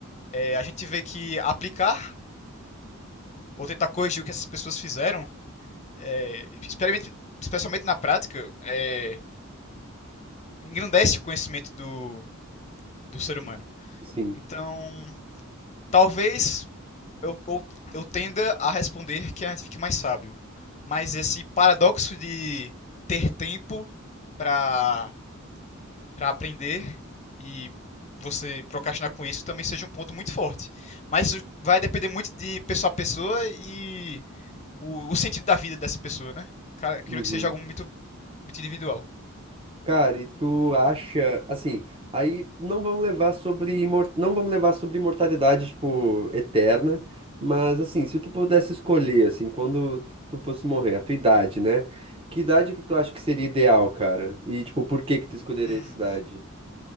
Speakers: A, on the left; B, on the right.
A: é, a gente vê que aplicar ou tentar corrigir o que essas pessoas fizeram, é, especialmente na prática, é, engrandece o conhecimento do, do ser humano.
B: sim.
A: Então, talvez eu, eu, eu tenda a responder que a gente fique mais sábio. Mas esse paradoxo de ter tempo para para aprender e você procrastinar com isso também seja um ponto muito forte. Mas isso vai depender muito de pessoa a pessoa e o, o sentido da vida dessa pessoa, né? E, Cara, eu queria
B: Uhum.
A: que seja algo muito, muito individual.
B: Cara, e tu acha, assim, aí não vamos levar sobre imor... não vamos levar sobre imortalidade, tipo, eterna, mas assim, se tu pudesse escolher, assim, quando tu fosse morrer, a tua idade, né? Que idade que tu acha que seria ideal, cara? E tipo, por que que tu escolheria
A: Hum,
B: essa idade?